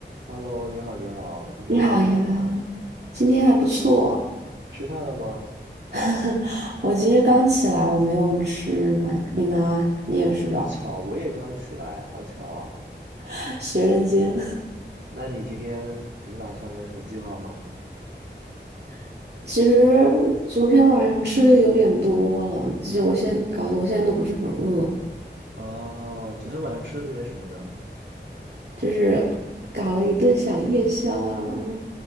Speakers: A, on the right; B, on the right.
A: Hello，你好，你好，今天过得好吗？
B: 你好呀，今天还不错。
A: 你吃饭了吗？
B: <laughs> 我其实刚起来，我没有吃呢。你呢？你也是吧？
A: 这么巧，我也刚起来，好巧啊。
B: <laughs> 学人精。
A: 嗯，那你今天怎么打算的？有什么计划吗？
B: <laughs> 其实昨天晚上吃的有点多了，其实我现在搞得我现在都不是很饿，
A: 哦，昨天晚上吃了点什么呢？
B: 就是搞了一顿小夜宵啊。